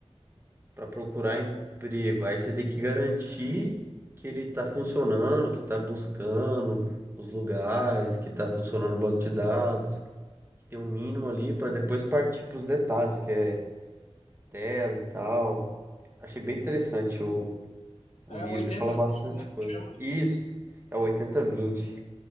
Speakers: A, on the right (about 20°); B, on the left (about 85°).
A: para procurar emprego, aí você tem que garantir que ele está funcionando, que está buscando os lugares, que está funcionando o banco de dados, que tem um mínimo ali para depois partir para os detalhes, que é tela e tal. Achei bem interessante o, o
B: É
A: livro,
B: 80
A: ele fala bastante coisa.
B: chama.
A: Isso, é o oitenta vinte